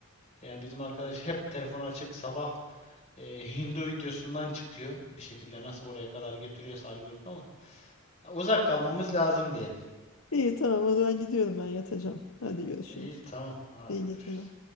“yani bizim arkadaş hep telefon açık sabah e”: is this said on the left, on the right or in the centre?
Left